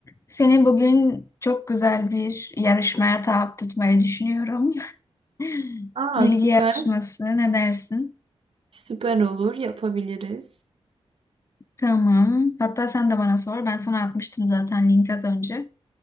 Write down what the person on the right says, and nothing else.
Aa
süper.
Süper olur. Yapabiliriz.